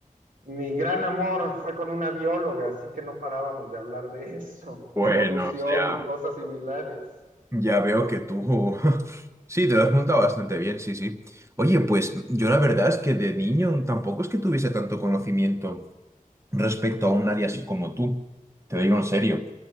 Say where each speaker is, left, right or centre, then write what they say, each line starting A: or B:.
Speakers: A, on the right; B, on the right.
A: mi gran amor fue con una bióloga, así que no parábamos de hablar de <laughs> eso,
B: Bueno,
A: de evolución
B: o sea.
A: y cosas similares.
B: Ya veo que tú... <laughs> Sí, te lo has montado bastante bien, sí, sí. Oye, pues yo la verdad es que de niño tampoco es que tuviese tanto conocimiento respecto a un área así como tú, te lo digo en serio.